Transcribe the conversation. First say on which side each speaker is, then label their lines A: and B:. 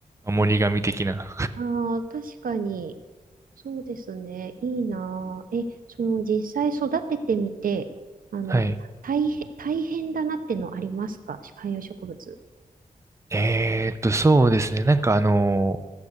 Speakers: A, on the right; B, on the right.
A: うん。守り神的な。
B: ああ、確かに。そうですね。いいなぁ。え、その実際育ててみて、あの、
A: はい。
B: 大変、大変だなってのありますか観葉植物。
A: えーっと、そうですね。なんかあの、